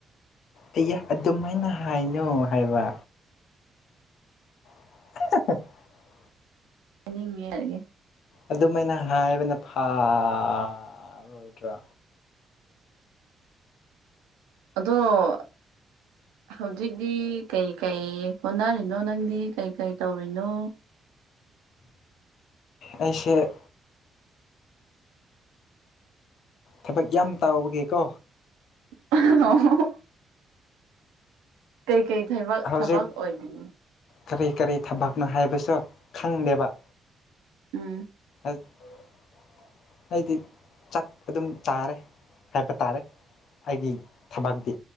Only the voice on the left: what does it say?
ꯑꯩꯌꯥ ꯑꯗꯨꯃꯥꯏꯅ ꯍꯥꯏꯅꯣ ꯍꯥꯏꯕ <unintelligible>
ꯑꯗꯨꯃꯥꯏꯅ ꯍꯥꯏꯕꯅ ꯐꯔꯣꯏꯗ꯭ꯔ
ꯑꯩꯁꯦ ꯊꯕꯛ ꯌꯥꯝ ꯇꯧꯕꯒꯤ ꯀꯣ
ꯍꯧꯖꯤꯛ
ꯀꯔꯤ ꯀꯔꯤ ꯊꯕꯛꯅꯣ ꯍꯥꯏꯕꯁꯨ ꯈꯪꯗꯦꯕ
<unintelligible> ꯑꯩꯗꯤ ꯆꯥꯛ ꯑꯗꯨꯝ ꯆꯥꯔꯦ ꯍꯥꯏꯕ ꯇꯥꯔꯦ ꯑꯩꯒꯤ ꯊꯕꯥꯛꯇꯤ